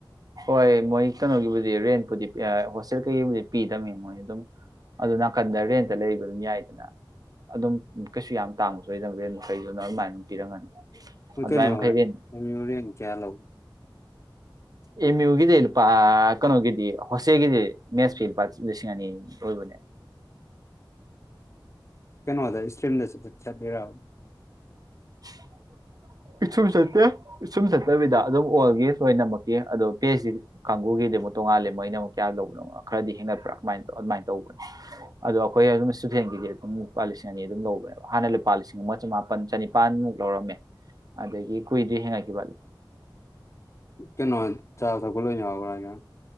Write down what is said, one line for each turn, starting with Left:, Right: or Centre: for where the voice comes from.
Right: ꯍꯣꯏ ꯃꯣꯏ ꯀꯩꯅꯣꯒꯤꯕꯨꯗꯤ ꯔꯦꯟꯄꯨꯗꯤ ꯍꯣꯁꯇꯦꯜ ꯀꯩꯀꯩꯕꯨꯗꯤ ꯄꯤꯗꯝꯕꯅꯤ ꯃꯣꯏ ꯑꯗꯨꯝ ꯑꯗꯨ ꯅꯥꯀꯟꯗ ꯑꯔꯦꯟꯇ ꯂꯩꯕꯗꯨ ꯌꯥꯏꯗꯅ ꯑꯗꯨꯝ ꯀꯩꯁꯨ ꯌꯥꯝ ꯇꯥꯡꯕ ꯁꯣꯏꯗꯕ ꯔꯦꯟ ꯃꯈꯩꯗꯨꯅ ꯑꯗꯨꯃꯥꯏꯅ ꯑꯗꯨꯝ ꯄꯤꯔꯝꯒꯅꯤ
Left: ꯍꯨ
Right: ꯑꯗꯨꯃꯥꯏ
Left: ꯀꯩꯅꯣ
Right: ꯃꯈꯩ
Left: ꯍ
Right: ꯔꯦꯟ
Left: ꯌ ꯀꯌꯥꯂ
Right: ꯑꯦꯝ ꯌꯨꯒꯤꯗꯤ ꯂꯨꯄꯥ ꯀꯩꯅꯣꯒꯤꯗꯤ ꯍꯣꯁꯦꯒꯤꯗꯤ ꯃꯦꯠꯁꯀꯤꯤ ꯂꯨꯄꯥ ꯂꯤꯁꯤꯡ ꯑꯅꯤ ꯑꯣꯏꯕꯅꯤ <unintelligible>
Left: ꯀꯩꯅꯅꯣ ꯊ ꯏꯁꯇ꯭ꯔꯤꯝ ꯆ ꯆ ꯂꯩꯔ
Right: <unintelligible> ꯁꯨꯝ ꯆꯠꯇꯦꯨꯝ ꯆꯠꯇꯕꯤꯗ ꯑꯗꯨꯝ ꯑꯣꯒ ꯂꯣꯏꯅꯃꯛꯀꯤ ꯑꯗꯣ ꯄꯦꯁꯤ ꯀꯥꯡꯕꯨ ꯒꯤꯗꯤ ꯑꯃꯨꯛ ꯇꯣꯉꯥꯂꯦ ꯃꯣꯏꯅ ꯑꯃꯨꯛ ꯀꯌꯥ ꯂꯧꯕꯅꯣ ꯈꯔꯗꯤ ꯍꯦꯟꯒꯠꯄ꯭ꯔꯥꯃ ꯇ ꯑꯗꯨꯃꯥꯏꯅ ꯇꯧꯕꯅ ꯑꯗꯣ ꯑꯩꯈꯣꯏ ꯍꯐꯦꯟꯒꯤꯗꯤ ꯑꯗꯨꯝ ꯂꯨꯄꯥ ꯂꯤꯁꯤꯡ ꯑꯅꯤ ꯑꯗꯨꯝ ꯂꯧꯕꯕ ꯍꯥꯟꯅ ꯂꯨꯄꯥ ꯂꯤꯁꯤꯡ ꯑꯃ ꯆꯃꯥꯄꯟ ꯆꯅꯤ ꯅꯤꯄꯥꯟꯃꯨꯛ ꯂꯧꯔꯝꯃꯦ ꯑꯗꯒꯤ ꯀꯨꯏꯗ꯭ꯔꯤ ꯍꯦꯡꯉꯛꯈꯤꯕ
Left: ꯀꯩꯅꯣ ꯍꯥꯏ ꯆꯥꯁ ꯈꯂꯅꯦ ꯋꯥꯒ